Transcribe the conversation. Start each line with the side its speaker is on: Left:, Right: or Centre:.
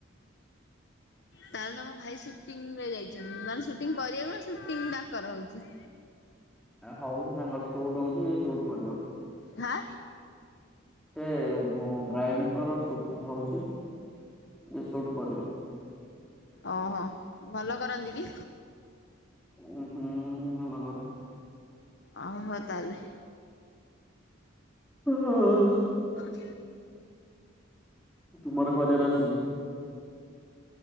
Left: ତାହେଲେ ତମ ଭାଇ ସୁଟିଂ ରେ ଯାଇଛନ୍ତି। ନହେଲେ ସୁଟିଂ କରିବାକୁ ନା ସୁଟିଂ ତାଙ୍କର ହଉଚି।
Centre: ହଉଛି ତାଙ୍କର ସୁଟ୍ ହଉଛି ସୁଟ କରିବ।
Left: ହା।
Centre: ସେ ବ୍ରାଇଡଙ୍କର ସୁଟିଂ ହଉଛି। ଏ ସୁଟ କରିବ।
Left: ଓହୋ ଭଲ କରନ୍ତି କି?
Centre: ଉଁ ହୁଁ ଭଲ କଥା
Left: ଓ ହୋ ତାହେଲେ।
Centre: ହ ହଁ <unintelligible>
Left: <inaudible>
Centre: ତୁମର କରିବାର ଅଛି କି?